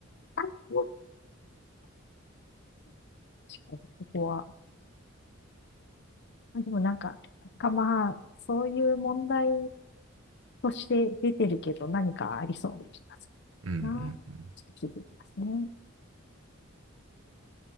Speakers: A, on the left; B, on the right.
A: い。<laughs> 確かにそこは。あでもなんか、なんかまあ、そういう問題として出てるけど何かありそうな気がす
B: うんうんうん。
A: るな。ちょっと聞いてみますね。